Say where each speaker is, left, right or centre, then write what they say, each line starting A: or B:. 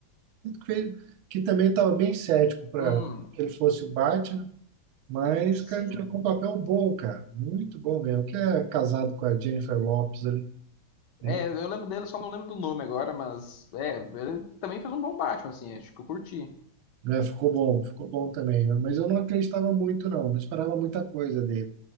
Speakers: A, on the right; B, on the left.
A: que, que também estava bem cético para
B: Hum,
A: que ele fosse o Batman, mas,
B: sim.
A: cara, ele jogou um papel bom, cara, muito bom mesmo, que é casado com a Jennifer Lopez ali. né?
B: É, eu lembro dele, só não lembro do nome agora, mas é, ele também fez um bom Batman, assim, acho que eu curti.
A: É, ficou bom, ficou bom também. né, Mas eu não acreditava muito, não. Não esperava muita coisa dele.